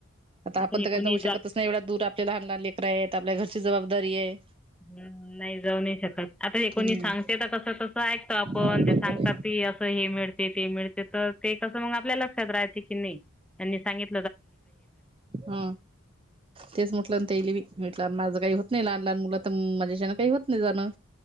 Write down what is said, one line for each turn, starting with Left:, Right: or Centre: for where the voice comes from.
Right: आता आपण
Centre: हे
Right: तर काय
Centre: कोणी
Right: जाऊ
Centre: जात
Right: शकतच नाही एवढा दूर आपल्या लहान लहान लेकरा आहेत आपल्या घरची जबाबदारी आहे
Centre: ह नाही जाऊन नाही शकत आता हे कोणी
Right: हम्म
Centre: सांगते तर कस कसं ऐकतो आपण
Right: हो बरोबर
Centre: ते सांगतात
Right: आहे
Centre: की मिळ ते मिळते तर ते कस म आपल्या लक्षात राहायच की नाही त्यां सित
Right: हा तेच म्हटलंंत येल वि म्हटलं माझं काही होत नाही लहान लहान मुलं तर माझ्याशीं काही होत नाही जाणं